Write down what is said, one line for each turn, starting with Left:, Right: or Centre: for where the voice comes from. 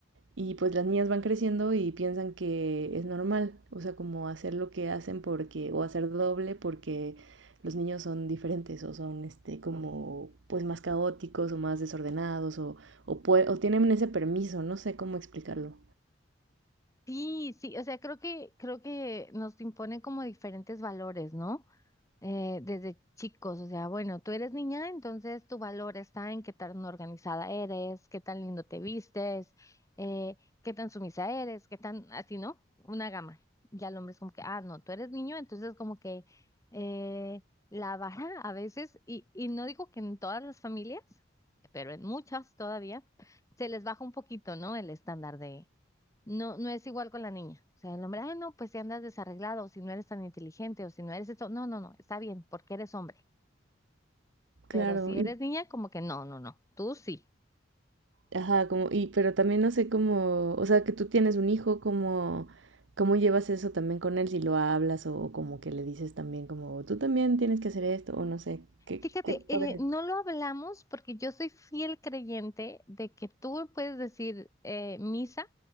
Right: Y pues las niñas van creciendo y piensan que es normal, o sea, como hacer lo que hacen porque, o hacer doble porque los niños son diferentes o son este como pues más caóticos o más desordenados o, o, pue- o tienen ese permiso, no sé cómo explicarlo.
Left: Sí, sí, o sea, creo que, creo que nos imponen como diferentes valores, ¿no? eh, desde chicos, o sea, bueno, tú eres niña, entonces tu valor está en qué tan organizada eres, qué tan lindo te vistes, eh, qué tan sumisa eres, qué tan así, ¿no? Una gama. Ya el hombre es como que, ah, no, tú eres niño, entonces como que eh, la vara a veces, y, y no digo que en todas las familias, pero en muchas todavía, se les baja un poquito, ¿no? El estándar no, no es igual con la niña. O sea, el hombre, ay, no, pues si andas desarreglado, o si no eres tan inteligente, o si no eres esto. No, no, no, está bien, porque eres hombre.
Right: Claro,
Left: Pero si
Right: y,
Left: eres niña, como que no, no, no, tú sí.
Right: ajá, como, y, pero también no sé cómo, o sea, que tú tienes un hijo, cómo, cómo llevas eso también con él, si lo hablas o, como que le dices también como, tú también tienes que hacer esto, o no sé, qué,
Left: Fíjate,
Right: qué padre.
Left: eh, no lo hablamos porque yo soy fiel creyente de que tú puedes decir eh, misa,